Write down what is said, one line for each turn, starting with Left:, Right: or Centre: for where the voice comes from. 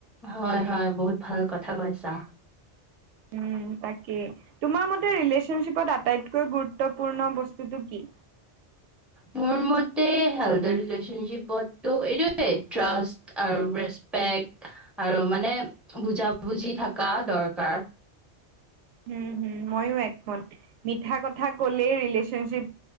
Centre: হয় হয় বহুত ভাল কথা কৈছা
Right: উম তাকেই তোমাৰ মতে ৰিলেশচনশ্বিপত আটাইতকৈ গুৰুত্বপূৰ্ণ বস্তুটো কি
Centre: মোৰ মতে হেল্থৰ ৰিলেচনশ্বিপতটো এইটোে ট্ৰাষ্ট আৰু ৰেচপেক আৰু মানে বুজা বুজি থকা দৰকাৰ
Right: উম হুম মইয়ো একম মিঠা কথা ক'লে ৰিলেচনশ্বিপ